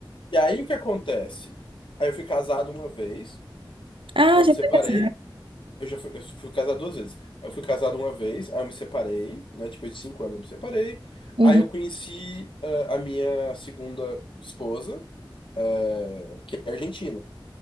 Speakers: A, on the left (about 75°); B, on the right (about 90°).
A: E aí o que acontece? Aí eu fui casado uma vez,
B: Ah,
A: aí eu me
B: já
A: separei.
B: fui.
A: Eu já fui, eu fui casado duas vezes. Eu fui casado uma vez, aí eu me separei, né? Depois de cinco anos eu me separei.
B: Uhum.
A: Aí eu conheci eh, a minha segunda esposa, eh, que é argentina.